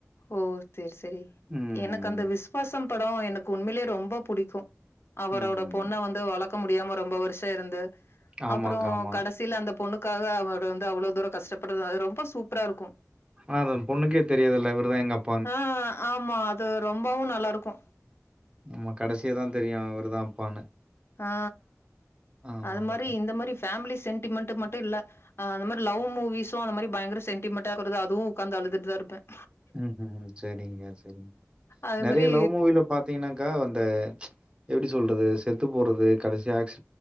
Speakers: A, on the left; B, on the right.
A: ஓ செர் செரி
B: ம்.
A: எனக்கு அந்த விசுவாசம் படோ எனக்கு உண்மையிலயே ரொம்ப புடிக்கோ அவரோட
B: ம்.
A: பொண்ண வந்து வளக்க முடியாம ரொம்ப வர்ஷோ இருந்து
B: ஆமாங்க,
A: அப்பறோ
B: ஆமா.
A: கடைசியில அந்த பொண்ணுக்காக அவரு வந்து அவ்ளோ தூரோ கஷ்டப்படுறது அது ரொம்ப சூப்பரா இருக்கோ
B: ஆனா அது பொண்ணுக்கே தெரியாது இல்ல இவருதா எங்க அப்
A: அ ஆமா அது ரொம்பவு நல்லா இருக்கோ
B: ஆமா கடசியதா தெரியு அவருதா அப்பான்னு
A: அ
B: ஆமாங்க்கா.
A: அது மாரி இந்த மாரி ஃபேமிலி சென்டிமெண்ட் மட்டும் இல்ல அந்த மாரி லவ் முவிஸ்வும் அந்த மாரி பயங்கர சென்டிமென்டா <unintelligible> அதுவும் உக்காந்து அழுதுட்டு தான் இருப்பன்
B: ம் ம் செரிங்க செரிங்க
A: அது
B: நறைய
A: மாரி
B: லவ் மூவில பாத்தீங்கன்னாக்கா வந்து எப்டி சொல்றது செத்து போறது கடைசி ஆக்ச